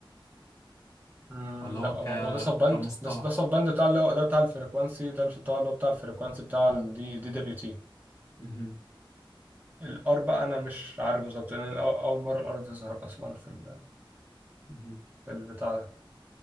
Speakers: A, on the right; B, on the left.
A: أمم،
B: ولا هو
A: لا
B: ك...
A: برضه هو ده سب باند
B: كمصطلح
A: ده ده سب باند بتاع اللي هو ده بتاع الفريكوانسي ده بتاع اللي هو بتاع الفريكوانسي بتاع الدي دي دبليو تي
B: مهم.
A: الار بقى انا مش عارف بالظبط لان أنا أو- اول مره الار تظهر اصلا في ال...
B: مهم.
A: في البتاع ده